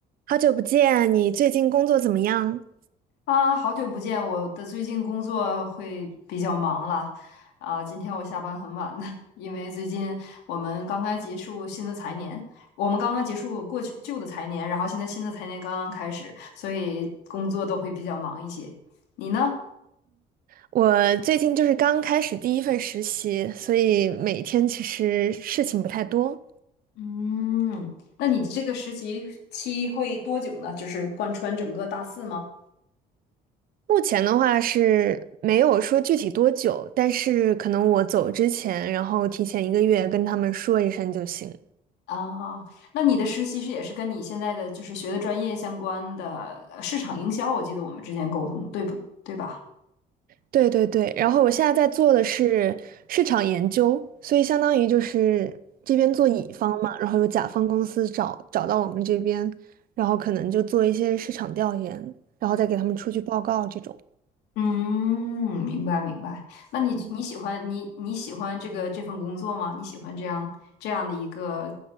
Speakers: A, on the right (about 60°); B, on the left (about 85°).
A: 好久不见，你最近工作怎么样？
B: 啊，好久不见！我的最近工作会比较忙了，啊，今天我下班很晚的，<laughs> 因为最近我们刚刚结束新的财年，我们刚刚结束过去旧的财年，然后现在新的财年刚刚开始，所以工作都会比较忙一些。你呢？
A: 我最近就是刚开始第一份实习，所以每天其实事情不太多。
B: 嗯，那你的这个实习期会多久呢？就是贯穿整个大四吗？
A: 目前的话是没有说具体多久，但是可能我走之前，然后提前一个月跟他们说一声就行。
B: 啊，那你的实习是也是跟你现在的就是学的专业相关的呃市场营销，我记得我们之前沟通，对不对吧？
A: 对对对，然后我现在在做的是市场研究，所以相当于就是这边做乙方嘛，然后有甲方公司找找到我们这边，然后可能就做一些市场调研，然后再给他们出具报告这种。
B: 嗯，明白明白。那你你喜欢你你喜欢这个这份工作吗？
A: 嗯
B: 你喜欢这样这样的一个